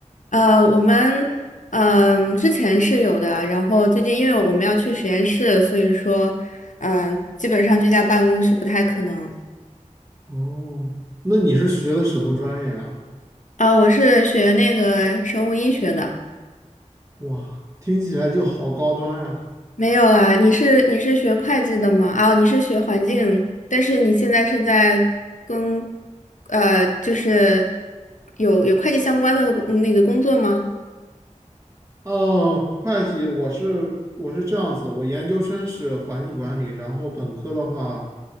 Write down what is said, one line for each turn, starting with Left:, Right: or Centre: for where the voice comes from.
Left: 呃，我们嗯、之前是有的，然后最近因为我们要去实验室，所以说嗯、基本上居家办公是不太可能。
Right: 哦，那你是学的什么专业啊？
Left: 啊、我是学那个生物医学的，
Right: 哇，听起来就好高端呀。
Left: 没有啦。你是你是学会计的吗？啊、你是学环境，但是你现在是在跟呃，就是有有会计相关的那个工作吗？
Right: 哦，会计，我是我是这样子，我研究生是环境管理，然后本科的话，